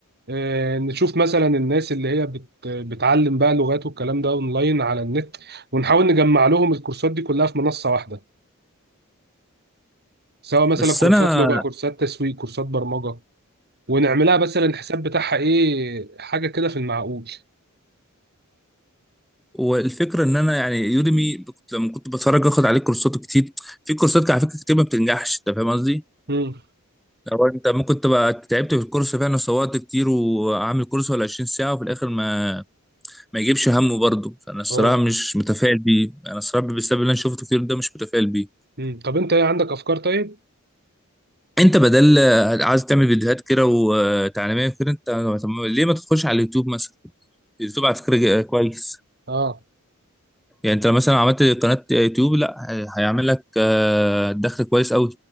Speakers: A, on the right (about 50°); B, in the centre.
A: اه نشوف مثلا الناس اللي هي بت... بتعلم بقى لغات والكلام ده اونلاين على النت ونحاول نجمع لهم الكورسات دي كلها في منصه واحده سواء مثلا
B: بس
A: كورسات
B: انا
A: لغه كورسات تسويق كورسات برمجه ونعملها مثلا الحساب بتاعها ايه حاجه كده في المعقول
B: والفكره ان انا يعني يوديمي كنت لما كنت بتفرج اخد عليه كورسات كتير في كورسات على فكره كتير ما بتنجحش انت فاهم قصدي
A: امم
B: لو انت ممكن تبقى تعبت في الكورس فعلا وصورت كتير وعامل كورس ولا 20 ساعه وفي الاخر ما ما يجيبش همه برضه فانا الصراحه
A: اه
B: مش متفائل بيه انا الصراحه بسبب اللي انا شفته كتير ده مش متفائل بيه
A: مم. طب انت ايه عندك افكار طيب
B: انت بدل عايز تعمل فيديوهات كده وتعليميه كده انت طب ليه ما تدخلش على اليوتيوب مثلا اليوتيوب على فكره جا- كويس
A: اه
B: يعني انت لو مثلا عملت قناة يوتيوب لا هي- هيعمل لك آه، دخل كويس قوي